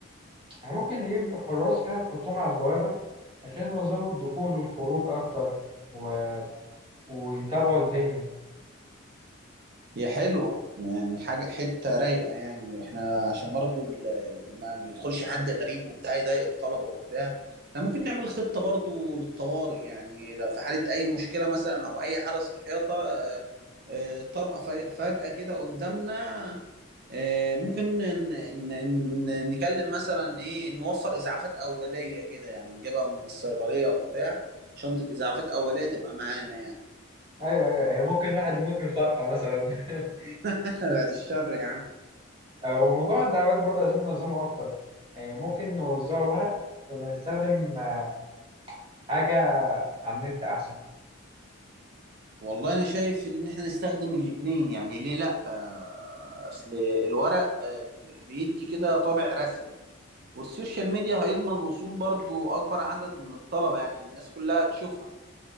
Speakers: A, on the right; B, on the right.
A: احنا ممكن نجيب حراس كده نحطهم على البوابة عشان ينظموا الدخول والخروج أكتر و... ويتابعوا الدنيا
B: هي حلوة يعني حاجة حتة رايقة يعني احنا عشان برضو ال- ما, ما يدخلش حد غريب وبتاع يضايق الطلبة وبتاع احنا ممكن نعمل خطة برضو للطوارئ يعني لو في حالة أي مشكلة مثلا أو أي حالة صحية ط- آه، آه، طارئة فج- فجأة كده قدامنا آه، ممكن ن- ن- ن- نكلم مثلا إيه نوفر إسعافات أولية كده يعني نجيبها من الصيدلية وبتاع شنطة إسعافات أولية تبقى معانا يعني
A: أيوه أيوه يعني ممكن واحد يموت من الفرحة مثلا <laughs>
B: <laughs> بعد الشر يعني
A: أو موضوع الدعوات برضه عايزين ننظمه أكتر يعني ممكن نوزعه ورق ولا نستخدم آه، حاجة على النت أحسن
B: والله انا شايف ان احنا نستخدم الاتنين يعني ليه لا آه، اصل الورق آه، بيدي كده طابع رسمي والسوشيال ميديا هيضمن وصول برضو اكبر عدد من الطلبة يعني الناس كلها تشوفها